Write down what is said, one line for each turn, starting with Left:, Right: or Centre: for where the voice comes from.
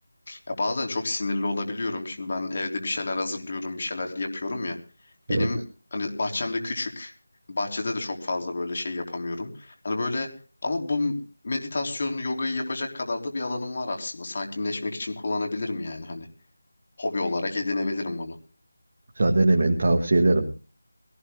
Left: Ya bazen çok sinirli olabiliyorum. Şimdi ben evde bir şeyler hazırlıyorum, bir şeyler yapıyorum ya.
Right: Evet.
Left: Benim hani bahçem de küçük. Bahçede de çok fazla böyle şey yapamıyorum. Hani böyle ama bu meditasyonu, yogayı yapacak kadar da bir alanım var aslında. Sakinleşmek için kullanabilirim yani hani. Hobi olarak edinebilirim bunu.
Right: Sana denemeni tavsiye ederim.